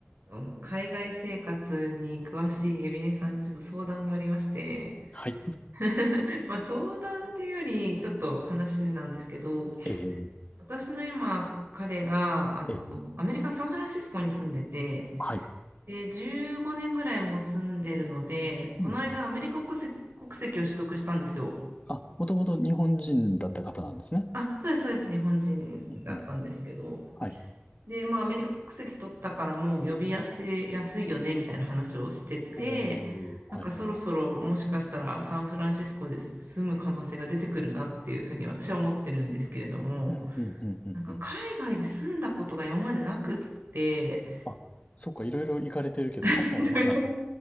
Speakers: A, on the right (about 70°); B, on the left (about 35°).
A: うん海外生活に詳しいエビネさんにちょっと相談がありまして
B: はい。
A: <laughs> まあ相談っていうよりちょっと話なんですけど
B: えー
A: 私の今彼があのアメリカ・
B: え、
A: サンフランシスコに住んでて
B: はい。
A: で15年ぐらいもう住んでるのでこの間アメリカ国籍、
B: うん。
A: 国籍を取得したんですよ。
B: あ、もともと日本人だった方なんですね。
A: あ、そうですそうです日本人だったんですけど
B: うんうん。はい。
A: で、まあ、アメリカ国籍取ったからもう呼び寄せやすいよねみたいな話をしてて、
B: おー、
A: なんかそろそろもしかしたらサンフランシスコで住む可能性が出てくるなっていうふうに私は思ってるんですけれども、
B: はいはいはい。うん、うん、うん、うん、
A: なんか海外で住んだことが今までなくって、
B: うん。あ、そっか、いろいろ行かれてるけど、
A: <laughs> いろいろ
B: 海外はまだ、